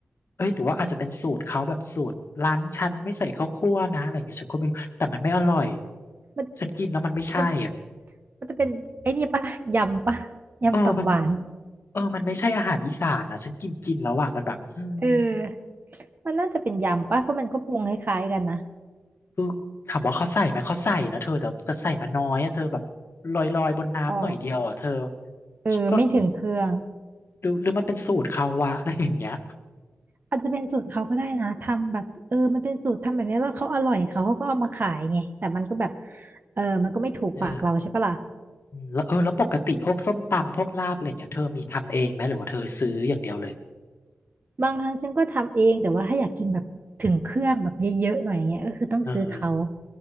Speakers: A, on the left; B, on the right.
A: เอ้ยหรือว่าอาจจะเป็นสูตรเขาแบบสูตรร้านฉันไม่ใส่ข้าวคั่วนะอะไรอย่างเงี้ยฉันก็ไม่รู้แต่มันไม่อร่อย
B: มัน
A: ฉันกินแล้วมันไม่ใช่อ่ะ
B: มันมันจะเป็นไอ้นี่ปะยำปะยำตับหวาน
A: เออมันเออมันไม่ใช่อาหารอีสานนะฉันกินกินแล้วอ่ะมันแบบอืม
B: เออมันน่าจะเป็นยำปะเพราะมันก็ปรุงคล้ายๆกันนะ
A: คือถามว่าเขาใส่ไหมเขาใส่นะเธอแต่แต่ใส่มาน้อยอ่ะเธอแบบลอยลอยบนน้ำหน่อยเดียวอ่ะเธอ
B: อ๋อเออไม่ถึงเครื่อง
A: ฉันก็อืมหรือหรือมันเป็นสูตรเขาวะอะไรอย่างเงี้ย
B: อาจจะเป็นสูตรเขาก็ได้นะทำแบบเออมันเป็นสูตรทำแบบนี้แล้วเขาอร่อยเขาเขาก็เอามาขายไงแต่มันก็แบบเออมันก็ไม่ถูกปากเราใช่ปะล่ะ
A: เอออืมแล้วเออแล้วปกติพวกส้มตำพวกลาบอะไรเงี้ยเธอมีทำเองไหมหรือว่าเธอซื้ออย่างเดียวเลย
B: บางครั้งฉันก็ทำเองแต่ว่าถ้าอยากกินแบบถึงเครื่องแบบเยอะๆหน่อยเงี้ยก็คือต้องซื้อเขา
A: เออ